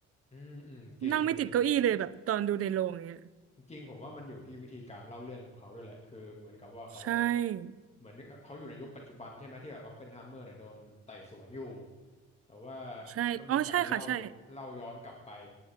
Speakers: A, on the left; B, on the right.
A: อืมอืมจริงครับจริง
B: นั่งไม่ติดเก้าอี้เลยแบบตอนดูในโรงอย่างเนี้ย
A: จริงๆผมว่ามันอยู่ที่วิธีการเล่าเรื่องของเขาด้วยแหละคือเหมือนกับว่าเขาก็
B: ใช่
A: เหมือนเขาอยู่ในยุคปัจจุบันใช่ไหมที่แบบอ p ปเพนไฮเมอร์เนี่ยโดนไต่สวนอยู่แต่ว่า
B: ใช่อ๋อใช่ค่ะใช่
A: ก็มีการเล่าเล่าย้อนกลับไป